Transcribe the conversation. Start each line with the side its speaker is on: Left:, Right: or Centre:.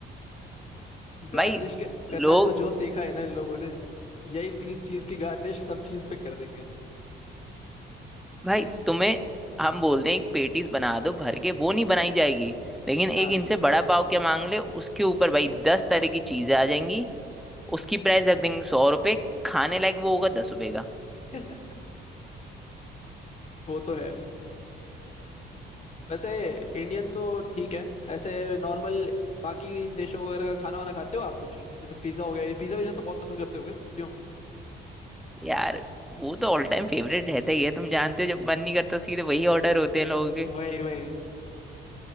Left: गार्निश
Centre: भाई
Left: करना
Centre: लोग
Left: है तो जो सीखा है ना इन लोगों ने यही तीन चीज की गार्निश सब चीज पे कर देंगे
Centre: भाई तुम्हें हम बोल दें एक पेटीज बना दो भर के वो नहीं बनाई जाएगी लेकिन एक
Left: हाँ
Centre: इनसे बड़ा पाव क्या मांग ले उसके ऊपर भाई दस तरह की चीजें आ जाएंगी उसकी प्राइस रख देंगे सौ रुपए खाने लायक वो होगा दस रुपए का
Left: <laughs> वो तो है वैसे इंडियन तो ठीक है ऐसे नॉर्मल बाकी देशों वगैरह का खाना वाना खाते हो आप कुछ जैसे पिज्जा हो गया ये पिज्जा विज्जा तो बहुत पसंद करते हो क्या क्यों
Centre: यार वो तो ऑल टाइम फेवरेट रहता ही है तुम जानते हो जब मन नहीं करता सीधे वही ऑर्डर होते हैं लोगों
Left: वही वही